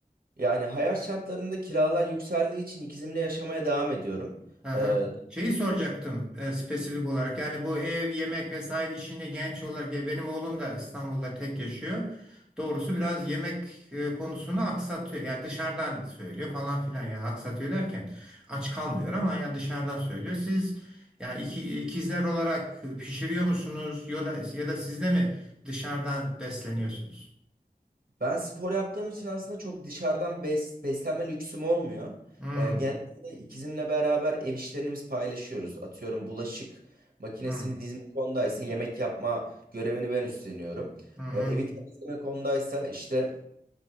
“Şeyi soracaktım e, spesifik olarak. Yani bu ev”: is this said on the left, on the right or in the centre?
Centre